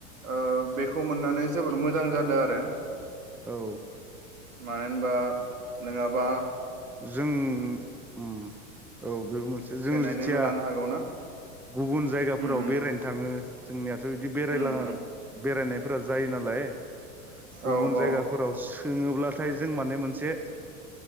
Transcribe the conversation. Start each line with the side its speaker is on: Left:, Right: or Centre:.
Right: ओ बेखौ मोननानै जोबोर मोजां जादों आरो
Centre: औ
Right: मानो होनबा नोङाबा
Centre: जों उम औ बेबो मोनसे जों
Right: सेनानैबो
Centre: जेथिया
Right: लानो हागौना
Centre: गुबुन जायगाफोराव
Right: उम उम
Centre: बेरायनो थाङो जोंनियाथ बिदि बेरायला
Right: उम उम
Centre: बेरायनायफोरा जायो नालाय गुबुन
Right: औ
Centre: जायगाफोराव
Right: औ
Centre: सोङोब्लाथाय जों माने मोनसे